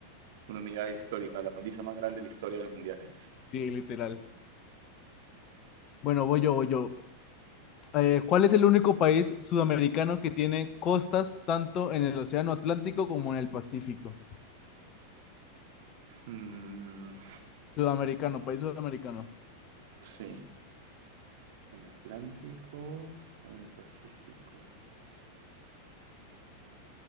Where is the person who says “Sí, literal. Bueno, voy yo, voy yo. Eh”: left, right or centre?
Left